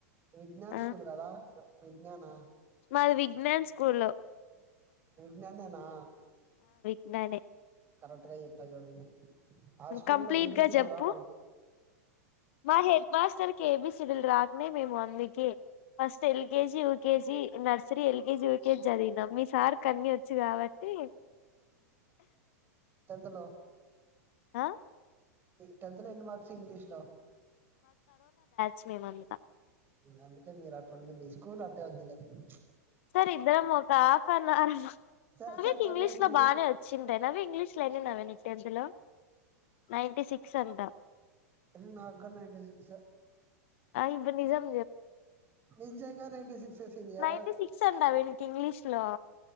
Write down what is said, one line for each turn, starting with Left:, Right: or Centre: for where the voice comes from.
Right: విజ్ఞాన్
Left: ఆ
Right: స్కూల్ గదా విజ్ఞానా
Left: మాది విజ్ఞాన్ స్కూల్ లో
Right: విజ్ఞానేనా
Left: జ్ఞానే
Right: ఎంటగా జెప్నా జూడండి ఆ స్కూల్
Left: కంప్లీట్
Right: లో ఏబిసీలు
Left: గా చెప్పు
Right: రావాలకయి
Left: మా head master A B C D లు రాకనే మేము అందుకే first LKG UKG nursery LKG UKG చదివినాం మీ సార్ కు అన్ని ఒచ్చు గాబట్టి
Right: ఎందులో
Left: ఆ
Right: మీక్ టెన్త్ లో ఎన్ని మార్క్స్ ఇంగ్లీష్ లో
Left: చ్ మేమంతా
Right: ఉ అందుకే మీరు అట్ట ఉండింది మీ స్కూల్ అట్టే ఉందిలే ప్చ్
Left: సార్ ఇద్దరం ఒక half an hour
Right: sir
Left: నవ్యకు
Right: sir నవ్యాకి
Left: ఇంగ్లీష్ లో
Right: ఇంగ్లీ
Left: బానే వచ్చింటాయ్ నవ్య ఇంగ్లీష్ లోని ఎన్ని నీకు టెన్త్ లో నైంటి సిక్స్ అంటా
Right: త్రీ నాట్ కన్న <inaudible> సిక్
Left: ఇప్పుడు నిజం
Right: నిజంగా ninety six senior
Left: ninety six అన్నావు వీడికి ఇంగ్లీష్ లో